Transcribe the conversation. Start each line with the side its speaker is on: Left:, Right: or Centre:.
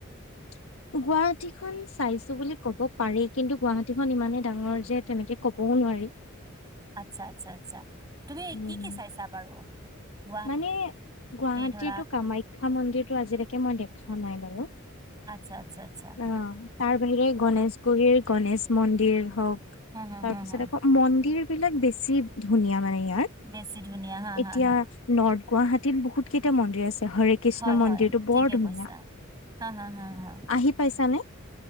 Left: <inaudible> গুৱাহাটী খন চাইছো বুলি কব পাৰি কিন্তু গুৱাহাটীখন ইমানেই ডাঙৰ যে তেনেকে ক'ব নোৱাৰি
Right: আচ্ছা আচ্ছা আচ্ছা তুমি
Left: উম
Right: কি কি চাইছা বাৰু। গুৱাহাটীৰ
Left: মানে গুৱাহাটীতো
Right: ধৰা
Left: কামাখ্যা মন্দিৰটো আজিলৈকে মই দেখা নাই বাৰু
Right: আচ্ছা আচ্ছা আচ্ছা
Left: অ তাৰ বাহিৰে গণেশগুৰিৰ গণেশ মন্দিৰ হওক
Right: হা হা
Left: তাৰপিছত
Right: হা হা
Left: আকৌ মন্দিৰ বিলাক বেছি ধুনীয়া মানে। ইয়াৰ
Right: বেছি ধুনীয়া হা
Left: এতিয়া
Right: হা হা
Left: নৰ্থ গুৱাহাটীত বহুত কেইটা মন্দিৰ আছে হৰে কৃষ্ণ
Right: হয়
Left: মন্দিৰটো
Right: হয়
Left: বৰ
Right: ঠিকে
Left: ধুনীয়া
Right: কৈছা হা হা হা হা
Left: আহি পাইছানে